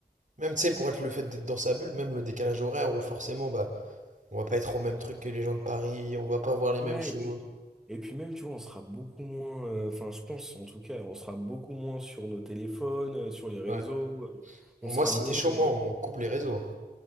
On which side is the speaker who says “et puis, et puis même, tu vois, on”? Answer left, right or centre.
Centre